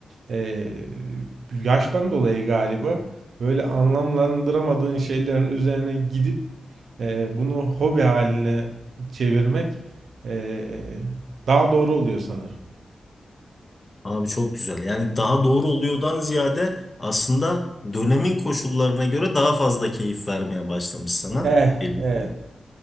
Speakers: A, on the right; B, on the left.
A: Ee, yaştan dolayı galiba böyle anlamlandıramadığın şeylerin üzerine gidip e, bunu hobi haline çevirmek e, daha doğru oluyor sanırım.
B: Abi çok güzel. Yani daha doğru oluyordan ziyade aslında dönemin koşullarına göre daha fazla keyif vermeye başlamış sana
A: Evet,
B: belli
A: evet.
B: ki.